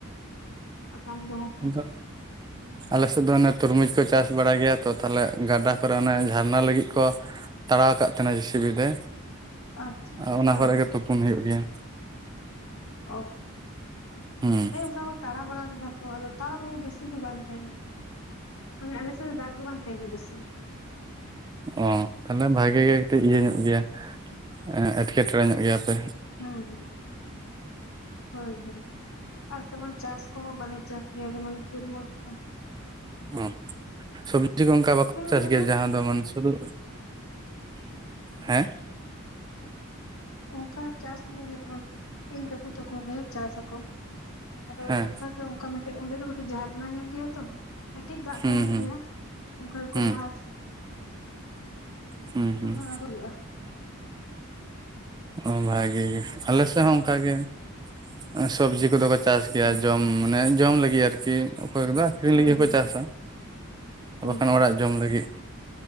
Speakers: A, on the left; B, on the right.
A: ᱥᱛᱟᱝ ᱫᱚᱦᱚ᱾ ᱠᱚ
B: ᱱᱤᱛ ᱫᱚ, ᱟᱞᱮ ᱥᱮᱫ ᱫᱚ ᱚᱱᱮ ᱛᱩᱨᱢᱩᱡ ᱠᱚ ᱪᱟᱥ ᱵᱟᱲᱟᱭ ᱜᱮᱭᱟ᱾ ᱛᱚ ᱛᱟᱞᱦᱮ ᱜᱟᱰᱟ ᱠᱚᱨᱮ, ᱚᱱᱮ ᱡᱷᱟᱨᱱᱟ ᱞᱟᱹᱜᱤᱜ ᱠᱚ ᱛᱟᱲᱟᱣ ᱟᱠᱟᱜ ᱛᱟᱦᱮᱸᱱᱟ ᱡᱮ ᱥᱤ ᱯᱤ ᱛᱮ᱾
A: ᱟᱪᱪᱷᱟ
B: ᱟ ᱚᱱᱟ
A: ᱦᱮᱸ
B: ᱠᱚᱨᱮᱜ
A: ᱦᱮᱸ
B: ᱜᱮ ᱛᱩᱯᱩᱱ ᱦᱩᱭᱩᱜ ᱜᱮᱭᱟ᱾
A: ᱚ
B: ᱦᱩᱸ
A: ᱦᱮᱸ ᱚᱝᱠᱟ ᱠᱚ ᱛᱟᱲᱟᱣ ᱵᱟᱲᱟ ᱞᱮᱫᱟ ᱠᱚ, ᱟᱫᱚ ᱛᱟᱣ ᱨᱮᱦᱚᱸ ᱵᱮᱥᱤ ᱫᱚ ᱵᱟᱝ ᱛᱟᱦᱮᱱᱟ᱾ ᱢᱟᱱᱮ ᱟᱞᱮ ᱥᱮᱫ ᱫᱟᱜ ᱜᱮ ᱵᱟᱝ ᱛᱟᱦᱮᱱᱟ ᱵᱮᱥᱤ᱾
B: ᱚ ᱛᱟᱞᱦᱮ ᱵᱷᱟᱜᱮ ᱜᱮ ᱠᱟᱹᱴᱤᱡ ᱤᱭᱟᱹ ᱧᱚᱜ ᱜᱮᱭᱟ, ᱮᱸ ᱮᱴᱠᱮᱴᱚᱬᱮ ᱧᱚᱜ ᱜᱮᱭᱟ ᱯᱮ᱾
A: ᱦᱩᱸ ᱦᱳᱭ ᱦᱳᱭ᱾ ᱟᱨ ᱛᱮᱢᱚᱱ ᱪᱟᱥ ᱠᱚᱦᱚᱸ ᱵᱟᱞᱮ ᱪᱟᱥ ᱜᱮᱭᱟ ᱡᱮᱢᱚᱱ ᱛᱩᱨᱢᱩᱡ ᱠᱚ᱾
B: ᱚ ᱥᱚᱵᱽᱡᱤ ᱠᱚ ᱚᱝᱠᱟ ᱵᱟᱠᱚ
A: ᱪᱮᱫ
B: ᱪᱟᱥ
A: ᱮᱢ ᱢᱮᱱᱟ
B: ᱜᱮᱭᱟ, ᱡᱟᱦᱟᱸ ᱫᱚ ᱢᱟᱱᱮ ᱥᱩᱫᱩ ᱦᱮᱸ?
A: ᱚᱝᱠᱟ ᱪᱟᱥ ᱜᱮᱭᱟᱞᱮ, ᱡᱮᱢᱚᱱ ᱤᱧ ᱠᱟᱠᱩ ᱛᱟᱠᱚ ᱜᱮ ᱪᱟᱥ ᱟᱠᱚ᱾ ᱟᱫᱚ
B: ᱦᱮᱸ
A: ᱚᱝᱠᱟ ᱟᱫᱚ ᱚᱝᱠᱟ ᱢᱮᱫᱴᱮᱡ ᱚᱸᱰᱮ ᱫᱚ ᱢᱤᱜᱴᱤᱡ ᱡᱷᱟᱨᱱᱟ ᱧᱚᱜ ᱜᱮᱭᱟ ᱛᱚ, ᱠᱟᱹᱴᱤᱡ ᱫᱟᱜ
B: ᱦᱩᱸ
A: ᱛᱟᱦᱮᱱ
B: ᱦᱩᱸ
A: ᱜᱮᱭᱟ᱾ ᱚᱝᱠᱟ ᱜᱮᱠᱚ
B: ᱦᱩᱸ
A: ᱞᱟ
B: ᱦᱩᱸ
A: ᱡᱷᱚᱛᱚᱱᱟᱜ
B: ᱦᱩᱸ
A: ᱜᱮ ᱦᱩᱭᱩᱜ-ᱟ᱾
B: ᱚ ᱵᱷᱟᱜᱮ ᱜᱮ ᱟᱞᱮ ᱥᱮᱜ ᱦᱚᱸ ᱚᱝᱠᱟ ᱜᱮ, ᱮᱸ ᱥᱚᱵᱽᱡᱤ ᱠᱚᱫᱚ ᱠᱚ ᱪᱟᱥ ᱜᱮᱭᱟ
A: ᱦᱩᱸ
B: ᱡᱚᱢ ᱢᱟᱱᱮ ᱡᱚᱢ ᱞᱟᱹᱜᱤᱜ ᱟᱨᱠᱤ᱾ ᱚᱠᱚᱭ ᱠᱚᱫᱚ ᱟᱹᱠᱷᱨᱤᱧ
A: ᱦᱩᱸ
B: ᱞᱟᱹᱜᱤᱫ ᱦᱚᱸᱠᱚ
A: ᱦᱩᱸ
B: ᱪᱟᱥᱟ,
A: ᱦᱩᱸ
B: ᱟᱨ ᱵᱟᱠᱷᱟᱱ ᱚᱲᱟᱜ ᱡᱚᱢ ᱞᱟᱹᱜᱤᱫ᱾